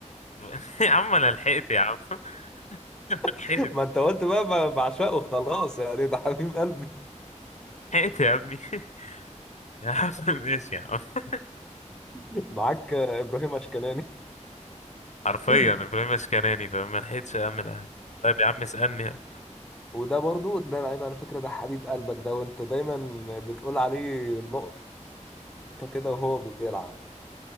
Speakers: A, on the left; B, in the centre.
A: <laughs> يا عم انا لحقت يا عم <laughs> لحقت
B: <laughs> ما انت قلت بقى ب- بعشقه خلاص يعني ده حبيب قلبي
A: لحقت يا ابني <laughs> يا عم ماشي يا عم <laughs>
B: <laughs> معاك آه، ابراهيم اشكناني
A: حرفيا
B: <laughs>
A: ابراهيم اشكناني فما لحقتش اعمل حاجه طيب يا عم اسالني يلا
B: وده برضو ده لعيب على فكرة ده حبيب قلبك ده وانت دايما بتقول عليه نقط خبطة كده وهو بيلعب